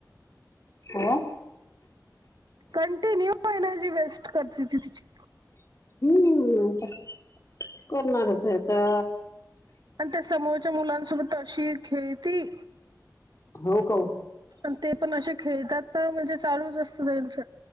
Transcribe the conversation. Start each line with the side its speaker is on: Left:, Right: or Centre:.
Left: हो
Right: कंटिन्यू एनर्जी वेस्ट करते ती तिची
Left: <unintelligible> करणारच य आता
Right: आणि त्या समोरच्या मुलांसोबत अशी खेळती
Left: हो का ओ
Right: पण ते पण असे खेळतात का म्हणजे चालूच असत. त्यांच